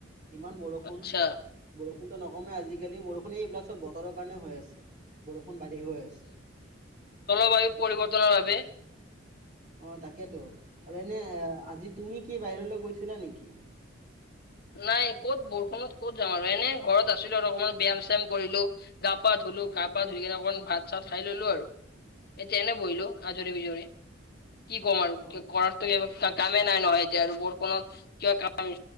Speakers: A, on the right; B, on the left.
A: ইমান বৰষুণ
B: আচ্ছা
A: বৰষুণতো নকমে আজিকালি বৰষুণে এইবিলাক চব বতৰৰ কাৰণে হৈ আছে। বৰষুণ বাঢ়ি গৈ আছে।
B: বায়ু পৰিৱৰ্তনৰ বাবে।
A: অ তাকেতো আৰু এনে আজি তুমি কি বাহিৰলৈ গৈছিলা নেকি?
B: নাই ক'ত বৰষুণত ক'ত যাম আৰু এনে ঘৰত আছিলো আৰু অকমান ব ব্যায়াম চাম কৰিলো, গা পাত ধুলো গা পাত। ধৰি কিনে অকমান ভাত চাত খাই ললো আৰু এতিয়া এনে বহিলো আজৰি বিজৰি। কি ক'ম আৰু
A: অ
B: কৰাৰটো কামে নাই নহয় এতিয়া আৰু বৰষুণ কিবা কাম।